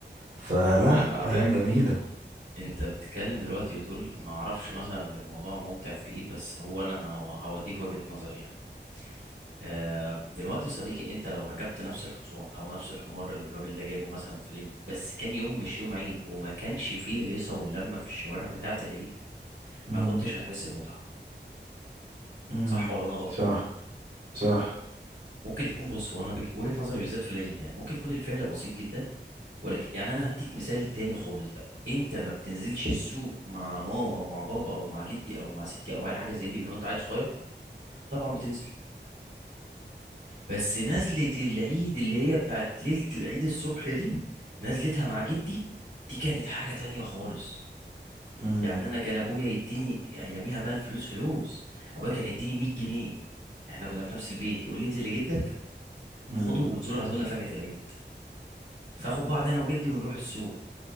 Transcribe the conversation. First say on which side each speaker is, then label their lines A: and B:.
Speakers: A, on the right; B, on the right.
A: فلا
B: انا هقول لك على
A: ايام
B: حاجه
A: جميلة
B: انت بتتكلم دلوقتي بتقول ما اعرفش مثلا الموضوع ممتع في ايه بس هو انا هو- هوديك وجهة نظري يعني آه، دلوقتي يا صديقي انت لو ركبت نفس الحصان او نفس الحمار اللي الراجل ده جايبه مثلا في العيد بس كان يوم مش يوم عيد وما كانش فيه الهيصة واللمة في الشوارع بتاعة العيد
A: امم
B: ما كنتش هتحس بمتعة
A: امم
B: صح ولا انا غلطان
A: صح صح
B: ممكن يكون بص هو انا بج- وجهة نظري بالذات في العيد يعني ممكن يكون الفعل بسيط جدا ولا يعني انا هديك مثال تاني خالص بقى انت ما بتنزلش السوق مع ماما او مع بابا او مع جدي او مع ستي او اي حاجه زي دي من وانت عيل صغير طبعا بتنزل بس نزله العيد اللي هي بتاعت ليله العيد الصبح دي نزلتها مع جدي دي كانت حاجه تانية خالص
A: امم
B: يعني انا كان ابويا يديني اياميها بقى الفلوس فلوس ابويا كان يديني 100 جنيه احنا كنا في نفس البيت يقول لي انزل لجدك
A: امم
B: خده وانزلوا هاتوا لنا فاكهه العيد فاخد بعض انا وجدي ونروح السوق